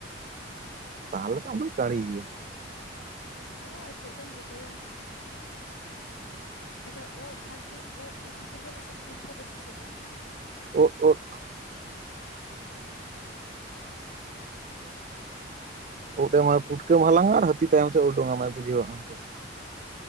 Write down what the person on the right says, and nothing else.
ᱛᱟᱦᱚᱞᱮ ᱛᱚ ᱟᱫᱚᱢ ᱠᱟᱲᱤ ᱜᱤᱭᱟ᱾
ᱳᱫ ᱳᱫ ᱳᱫ ᱮᱢ ᱯᱩᱴᱠᱟᱹᱢ ᱦᱟᱞᱟᱝ-ᱟ ᱟᱨ ᱦᱟᱹᱛᱤ ᱛᱟᱭᱚᱢ ᱥᱮᱫ ᱳᱰᱳᱝ ᱟᱢᱟᱭ ᱵᱩᱡᱷᱟᱹᱣ ᱦᱟᱸᱜ ᱟᱢ ᱛᱚ᱾